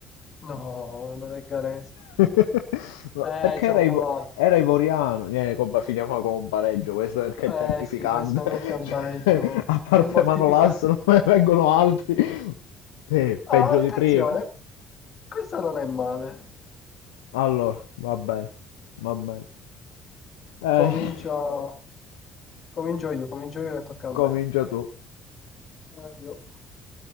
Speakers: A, on the left; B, on the left.
A: No, non è Canese.
B: <laughs> Ma
A: Eh,
B: perché
A: ci
B: era,
A: ho provato.
B: ivo- era ivoriano? Niente, compa, finiamo con un pareggio, questo perché
A: Eh
B: è terrificante.
A: sì, questo,
B: <laughs>
A: questo è un
B: Cioè,
A: pareggio.
B: a parte
A: È mortificante.
B: Manolas non me ne vengono altri. Sì,
A: Ah,
B: peggio
A: attenzione,
B: di prima.
A: questa non è male.
B: Allora, va bene, va bene. Eh,
A: Comincia... Comincio io, comincio io che tocca a
B: comincia
A: me.
B: tu.
A: Mario,